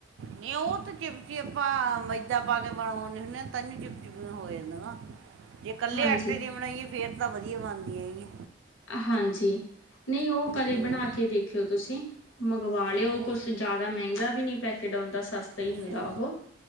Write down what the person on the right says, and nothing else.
ਨਹੀ ਉਹ ਤੇ ਚਿਪ ਚਿਪਾਂ ਮੈਦਾ ਪਾ ਕੇ ਬਣਵਾਉਦੇ ਹੁਦੇ। ਤਾਂ ਹੀ ਚਿਪ ਚਿਪੀਆ ਹੋ ਜਾਂਦੀਆਂ ਨਾ ਜੇ ਕਲੇ
ਆਟੇ ਦੀ ਬਣਾਈਏ ਫੇਰ ਤਾਂ ਵਧੀਆ ਬਣਦੀਆਂ।
ਤੇ
ਉਹ
ਅੱਛਾ